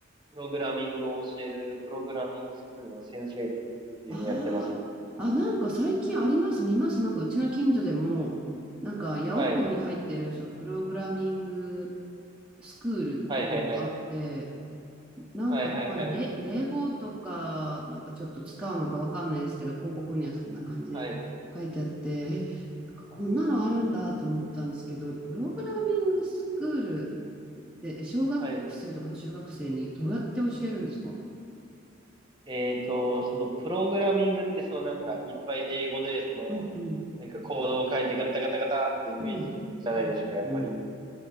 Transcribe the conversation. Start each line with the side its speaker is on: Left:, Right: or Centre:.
Right: プログラミングを教える、プログラミングスクールの先生っていうのをやってますね。
Centre: ああ。あ、なんか最近あります、見ます。なんかうちの近所でも、なんか八百校に入ってる、
Right: はい。
Centre: そう、プログラミングスクールっていうのがあって、
Right: はいはいはい。
Centre: なんか、
Right: はいはいはい。
Centre: まあ、れ、霊語とか、なんかちょっと使うのかわかんないですけど、広告にはそんな感じで書いてあって、
Right: はい。
Centre: え、なんかこんなのあるんだと思ったんですけど、プログラミングスクールで小学生とか中学生にどうやって教えるんですか
Right: はい。えっと、そのプログラミングってそのなんかいっぱい英語でその
Centre: うんうん、
Right: なんかコードを書いてガタガタガタってイメージじゃないですか、
Centre: うん、うん、
Right: やっぱり。
Centre: うん、